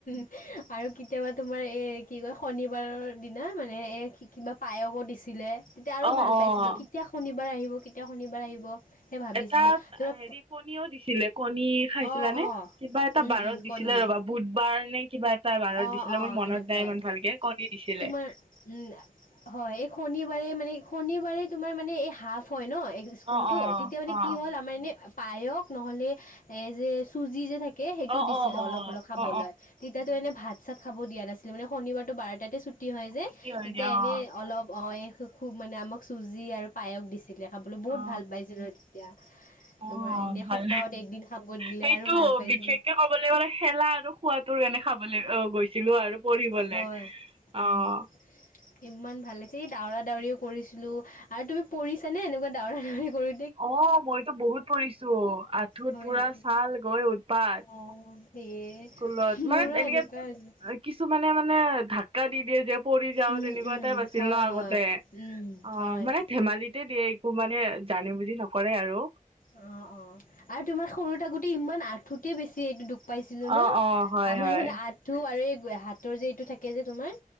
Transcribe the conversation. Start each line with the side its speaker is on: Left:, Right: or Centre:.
Left: আৰু কেতিয়াবা তোমাৰ এই কি কয়, শনিবাৰৰ দিনা মানে, এই কিবা পায়সো দিছিলে। তেতিয়া আৰু
Right: অ
Left: ভাল
Right: অ
Left: পাইছিলোঁ। কেতিয়া শনিবাৰ আহিব, কেতিয়া শনিবাৰ আহিব। সেই ভাবিছিলোঁ
Right: এটাত
Left: তোমাৰ
Right: হেৰি কণীও দিছিলে। কণী খাইছিল
Left: অঁ
Right: নে?
Left: অঁ
Right: কিবা এটা বাৰত দিছিলে
Left: কণী
Right: ৰ'বা। বুধবাৰ নে কিবা এটা বাৰত
Left: অঁ
Right: দিছিলে,
Left: অঁ
Right: মোৰ মনত
Left: সেনেকুৱাই
Right: নাই ইমান ভালকে, কণী দিছিলে।
Left: তোমাৰ উম, হয়। এই শনিবাৰে মানে, শনিবাৰে তোমাৰ মানে এই হাফ হয় ন! এক স্কুলতো,
Right: অ অ
Left: তেতিয়া মানে
Right: অ
Left: কি হ'ল, আমাৰ এনে পায়খ নহ'লে এৰ যে, চুজি যে থাকে কে সেইটো
Right: অ
Left: দিছিলে
Right: অ
Left: অলপ অলপ খাবলৈ।
Right: অ অ
Left: তেতিয়াতো এনে ভাত চাত খাব দিয়া নাছিলে মানে শনিবাৰটো বাৰটাতে ছুটি হয়
Right: অ
Left: যে,
Right: ছুটি হয়
Left: তেতিয়া
Right: দিয়া
Left: এনেই
Right: অ
Left: অলপ অ' খুব মানে আমাক চুজি আৰু পায়স দিছিলে। খাবলৈ বহুত
Right: অ
Left: ভাল পাইছিলোঁ তেতিয়া।
Right: অ
Left: তোমাৰ এনে
Right: ভাল
Left: সপ্তাহত এদিন খাব দিলে
Right: সেইটো
Left: আৰু ভাল পাইছিলে।
Right: বিশেষকে ক'বলৈ গ'লে খেলা আৰু খোৱাদ। তোৰ এনে খাবলৈ অ' গৈছিলোঁ আৰু পঢ়িবলৈ
Left: হয় উম
Right: অ'।
Left: ইমান ভাল লাগিছে। এই দউৰা দউৰিও কৰিছিলোঁ। আৰু তুমি পৰিছা নে! এনেকুৱা দাৱৰা দাউৰি কৰি
Right: অ' মইতো বহুত পৰিছোঁ। আঁঠুত
Left: হয়
Right: পোৰা
Left: নেকি
Right: ছাল গৈ উৎপাত।
Left: অ' সেয়ে।
Right: স্কুলত। মানে
Left: মোৰো
Right: এনেকে,
Left: এনেকুৱাই হৈছিলে
Right: কিছুমানে মানে ধাক্কা দি দিয়ে যে পৰি যাওঁ,
Left: উম
Right: তেনেকুৱা
Left: উম
Right: এটাই বা আছিল
Left: হয়
Right: ন আগতে
Left: হয় উম
Right: অ,
Left: হয়
Right: মানে ধেমালি সেই দিয়ে, একো মানে জানি বুজি নকৰে আৰু।
Left: অ' অ' আৰু তোমাৰ সৰু থাকোঁতে ইমান আঁঠতে বেছি এইটো দোষ পাইছিলোঁ
Right: অ
Left: ন,
Right: অ হয়
Left: আমাৰ
Right: হয়
Left: মানে আ টো, আৰু এই হাতৰ যে এইটো থাকে যে তোমাৰ